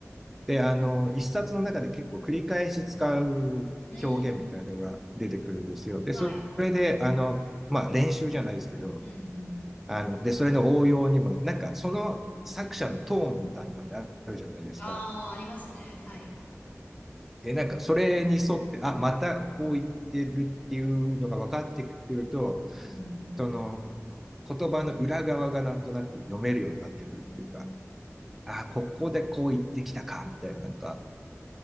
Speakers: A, in the centre; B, on the left.
A: で、あの、一冊の中で結構繰り返し使う表現みたいなのが出てくるんですよ。
B: うん。うん。
A: で、
B: はい。
A: それで、あの、まあ、練習じゃないですけど、
B: うん、うん。うん
A: あの、で、それの応用にも、ね、なんか、その作者のトーンみたいなのってあるじゃないですか。
B: ああー、ありますね。はい。
A: で、なんか、それに沿って、あ、またこう言ってるっていうのが分かってくると、
B: うん、
A: その、言葉の裏側がなんとなく読めるようになってくるっていうか、
B: うん。うん
A: ああ、ここでこう言ってきたか、みたいな、なんか、